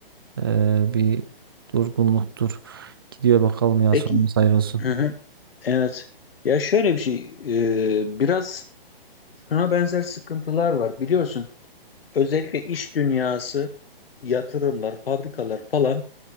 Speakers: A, on the right (about 25°); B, on the left (about 70°).
A: ee, bir durgunluktur. Gidiyor bakalım ya
B: Peki,
A: sonumuz hayır olsun.
B: hı hı, evet. Ya şöyle bir şey, e, biraz şuna benzer sıkıntılar var. Biliyorsun, özellikle iş dünyası, yatırımlar, fabrikalar falan